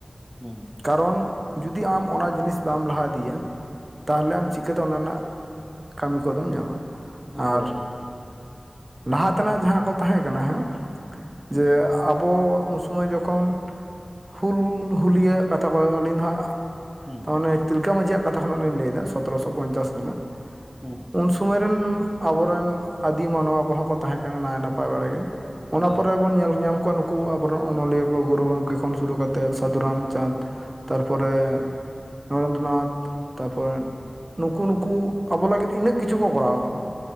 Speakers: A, in the centre; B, on the right (about 30°).
A: ᱦᱩᱸ
B: ᱠᱟᱨᱚᱱ ᱡᱩᱫᱤ ᱟᱢ ᱚᱱᱟ ᱡᱤᱱᱤᱥ ᱵᱟᱢ ᱞᱟᱦᱟ ᱤᱫᱤᱭᱟ, ᱛᱟᱦᱞᱮ ᱟᱢ ᱪᱤᱠᱟᱹᱛᱮ ᱚᱱᱟ ᱨᱮᱱᱟᱜ ᱠᱟᱹᱢᱤ ᱠᱚᱫᱚᱢ ᱧᱟᱢᱟ?
A: ᱦᱳᱭ
B: ᱟᱨ ᱞᱟᱦᱟ ᱛᱮᱱᱟᱜ ᱡᱟᱦᱟᱸ ᱠᱚ ᱛᱟᱦᱮᱸ ᱠᱟᱱᱟ ᱦᱟᱸᱜ ᱡᱮ ᱟᱵᱚ ᱩᱱ ᱥᱚᱢᱚᱭ ᱡᱚᱠᱷᱚᱱ ᱦᱩᱞ ᱦᱩᱞᱤᱭᱟᱹᱜ ᱠᱟᱛᱷᱟ ᱠᱚ ᱟᱹᱞᱤᱧ ᱫᱚ ᱦᱟᱸᱜ
A: ᱦᱩᱸ
B: ᱢᱚᱱᱮ ᱛᱤᱞᱠᱟᱹ ᱢᱟᱹᱡᱷᱤᱭᱟᱜ ᱠᱟᱛᱷᱟ ᱠᱷᱚᱱᱟᱜ ᱞᱤᱧ ᱞᱟᱹᱭᱫᱟ ᱥᱚᱛᱨᱚ ᱯᱚᱧᱪᱟᱥ ᱠᱷᱚᱱᱟᱜ᱾
A: ᱦᱩᱸ
B: ᱩᱱ ᱥᱚᱢᱚᱭ ᱨᱮᱱ ᱟᱵᱚᱨᱮᱱ ᱟᱹᱫᱤ ᱢᱟᱱᱣᱟ ᱠᱚᱦᱚᱸ ᱠᱚ ᱛᱟᱦᱮᱸ ᱠᱟᱱᱟ ᱱᱟᱭ ᱱᱟᱯᱟᱭ ᱵᱟᱲᱟ ᱜᱮ᱾ ᱚᱱᱟ
A: ᱦᱳᱭ
B: ᱯᱚᱨᱮ ᱵᱚᱱ ᱧᱮᱞ ᱧᱟᱢ ᱠᱚᱣᱟ ᱱᱩᱠᱩ ᱟᱵᱚᱨᱮᱱ ᱚᱱᱚᱞᱤᱭᱟᱹ ᱠᱚ ᱜᱩᱨᱩ ᱜᱚᱢᱠᱮ ᱠᱷᱚᱱ ᱥᱩᱨᱩ ᱠᱟᱛᱮᱫ ᱥᱟᱹᱫᱷᱩ ᱨᱟᱢᱪᱟᱸᱫᱽ ᱛᱟᱨᱯᱚᱨᱮ ᱱᱚᱨᱮᱱᱫᱨᱚᱱᱟᱛᱷ ᱛᱟᱯᱚᱨᱮ ᱱᱩᱠᱩ ᱱᱩᱠᱩ ᱟᱵᱚ ᱞᱟᱹᱜᱤᱫ ᱤᱱᱟᱹᱜ ᱠᱤᱪᱷᱩ ᱠᱚ ᱠᱚᱨᱟᱣ ᱠᱟᱫᱟ